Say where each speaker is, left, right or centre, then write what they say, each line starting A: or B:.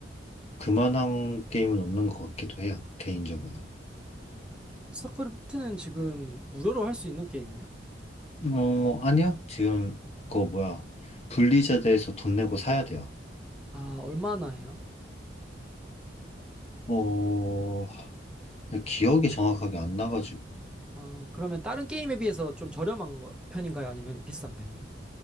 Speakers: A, on the left (about 35°); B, in the centre.
A: 그만한 게임은 없는 것 같기도 해요, 개인적으로.
B: 어, 스타크래프트는 지금 무료로 할 수 있는 게임이에요?
A: 어, 아니요. 지금 그거 뭐야. 블리자드에서 돈 내고 사야 돼요.
B: 아, 얼마나 해요?
A: 어, 기억이 정확하게 안 나가지고.
B: 어, 그러면 다른 게임에 비해서 좀 저렴한 거- 편인가요? 아니면 비싼 편이에요?